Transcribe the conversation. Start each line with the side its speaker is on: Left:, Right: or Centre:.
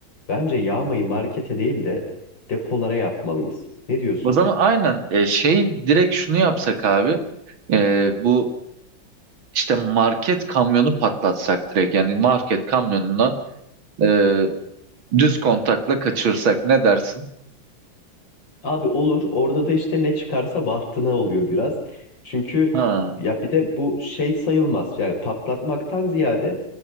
Left: bence yağmayı markete değil de depolara yapmalıyız. Ne diyorsun?
Right: O zaman aynen e, şey direkt şunu yapsak abi. E, bu işte market kamyonu patlatsak direkt yani market kamyonuna e, düz kontakla kaçırsak ne dersin?
Left: Abi olur. Orada da işte ne çıkarsa bahtına oluyor biraz. Çünkü
Right: Ha,
Left: ya bir de bu şey sayılmaz. Yani patlatmaktan ziyade